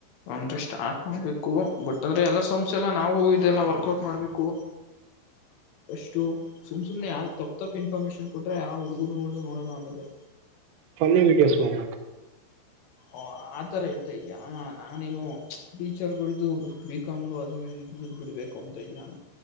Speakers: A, on the left; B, on the right.
A: ಅಂದ್ರೆ ಸ್ಟಾರ್ಟ್ ಮಾಡ್ಬೇಕು ಬಟ್ ಅಂದ್ರೆ ಎಲ್ಲಾ ಸಂಸ್ ಎಲ್ಲ ನಾವು ಇದೆಲ್ಲಾ ವರ್ಕೌಟ್ ಮಾಡ್ಬೇಕು ಅಫಷ್ಟು ಸುಮ್ ಸುಮ್ಮ್ನೆ ಯ ತಪ್ಪಪ್ ತಪ್ಪು ಇನ್ಫಾರ್ಮೇಶನ್ ಕೊಟ್ರೆ ಆ ಹುಡುಗುರುಗಳನ್ನು ನೋಡೋಲ್ಲ ಆಮೇಲೆ
B: ಫನ್ನಿ ವೀಡಿಯೋಸ್ ಮಾಡಬೇಕು
A: ಓ ಆತರ ಹೇಳ್ತೆೇ ಇದಿಯಾ ನಾನೇನು ಟೀಚರ್ಗಳ್ದು ಬಿಕಾಮು ಅದು ಬೀಟಬಿಡಬೇಕು ಅಂತ ಇದಿಯಾ